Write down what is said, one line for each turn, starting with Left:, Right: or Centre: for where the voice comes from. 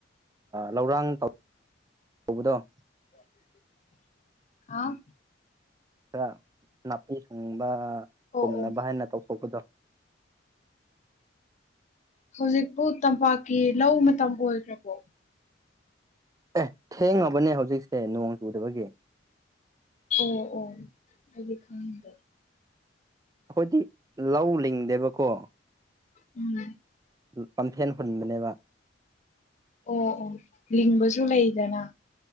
Right: ꯂꯧꯔꯥꯡ ꯇꯧ ꯇꯧꯕꯗꯣ
Left: <inaudible> ꯍꯥꯎ
Right: ꯈꯔ ꯅꯥꯄꯤ ꯁꯨꯡꯕ
Left: ꯑꯣ
Right: ꯄꯨꯝꯅꯕ
Left: ꯑꯣ
Right: ꯍꯥꯏꯅ ꯇꯧꯊꯣꯛꯄꯗꯣ
Left: ꯍꯧꯖꯤꯛꯄꯨ ꯇꯝꯄꯥꯛꯀꯤ ꯂꯧ ꯃꯇꯝ ꯑꯣꯏꯈ꯭ꯔꯕꯣ
Right: ꯑꯦ ꯊꯦꯡꯉꯕꯅꯦ ꯍꯧꯖꯤꯛꯁꯦ ꯅꯣꯡ ꯆꯨꯗꯕꯒꯤ
Left: ꯑꯣ ꯑꯣ ꯑꯩꯗꯤ ꯈꯪꯗꯦ
Right: ꯑꯩꯈꯣꯏꯗꯤ ꯂꯧ ꯂꯤꯡꯗꯦꯕꯀꯣ
Left: ꯎꯝ
Right: ꯄꯥꯝꯐꯦꯟ ꯍꯨꯟꯕꯅꯦꯕ
Left: ꯑꯣ ꯑꯣ ꯂꯤꯡꯕꯁꯨ ꯂꯩꯗꯅ